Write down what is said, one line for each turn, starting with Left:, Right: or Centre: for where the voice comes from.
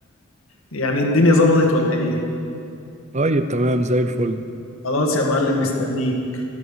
Left: يعني الدنيا ظبطت ولا ايه
Right: طيب تمام زي الفل
Left: خلاص يا معلم مستنيك